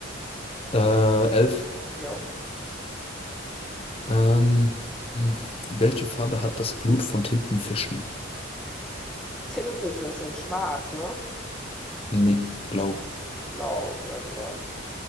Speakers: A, on the left; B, in the centre.
A: Äh, elf.
B: Jo.
A: Ähm, welche Farbe hat das Blut von Tintenfischen?
B: Tintenfischen, schwarz, ne?
A: Nee, blau.
B: Blau, okay, dann blau.